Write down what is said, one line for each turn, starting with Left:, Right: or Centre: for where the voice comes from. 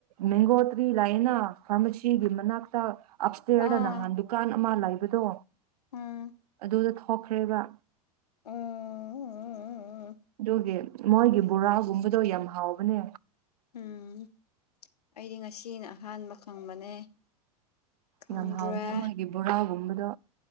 Right: ꯃꯦꯡꯒꯣꯇ꯭ꯔꯤ ꯂꯥꯏꯅꯥ ꯐꯥꯔꯃꯁꯤꯒꯤ ꯃꯅꯥꯛꯇ ꯑꯞꯁꯇꯦꯔꯗ
Left: ꯑꯥ
Right: ꯅꯍ ꯗꯨꯀꯥꯟ ꯑꯃ ꯂꯩꯕꯗꯣ
Left: ꯎꯝ
Right: ꯑꯗꯨꯗ ꯊꯣꯛꯈ꯭ꯔꯦꯕ
Left: ꯑꯣ
Right: ꯗꯨꯒꯤ ꯃꯣꯏꯒꯤ ꯕꯣꯔꯥꯒꯨꯝꯕꯗꯣ ꯌꯥꯝ ꯍꯥꯎꯕꯅꯦ
Left: ꯎꯝ ꯑꯩꯗꯤ ꯉꯁꯤꯅ ꯑꯍꯥꯟꯕ ꯈꯪꯕꯅꯦ ꯈꯪꯗ꯭ꯔꯦ
Right: ꯌꯥꯝ ꯍꯥꯎꯕꯅꯦ ꯃꯣꯏꯒꯤ ꯕꯣꯔꯥꯒꯨꯝꯕꯗꯣ